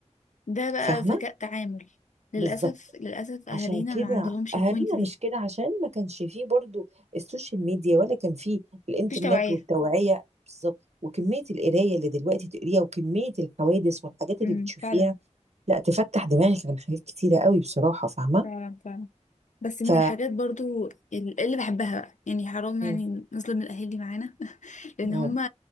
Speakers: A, on the left (about 85°); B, on the right (about 60°).
A: ده بقى
B: فاهمه
A: ذكاء تعامل للأسف
B: بالظبط
A: للأسف
B: عشان
A: أهالينا
B: كده
A: ما عندهمش
B: اهالينا
A: البوينت دي
B: مش كده عشان ما كانش فيه برضو السوشيال ميديا ولا كان فيه الانترنت
A: مفيش توعية
B: والتوعية بالظبط وكمية القراية اللي دلوقتي تقريها وكمية الحوادث والحاجات
A: أم،
B: اللي بتشوفيها
A: فعلا
B: لا تفتح دماغك عن حاجات كتيرة قوي بصراحة فاهمة
A: فعلا فعلا بس من
B: ف
A: الحاجات برضو ال- اللي بحبها بقى يعني حرام
B: مم.
A: يعني نظلم الأهالي معانا <laughs> لأن
B: مم.
A: هما